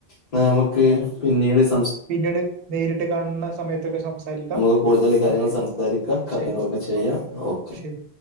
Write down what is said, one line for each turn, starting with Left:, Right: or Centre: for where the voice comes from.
Left: എന്നാ നമുക്ക് പിന്നീട് സം-
Right: പിന്നീട് നേരിട്ട് കാണാണേ സമയത്തൊക്കെ സം- സരിക്കാ
Left: നമുക്ക് കൂടുതൽ ഈ കാര്യങ്ങൾ
Right: ഓക്കെ
Left: സംസാരിക്കാം കാര്യങ്ങളൊക്കെ
Right: ശരി ശരി
Left: ചെയ്യാം ഓക്കെ
Right: ശരി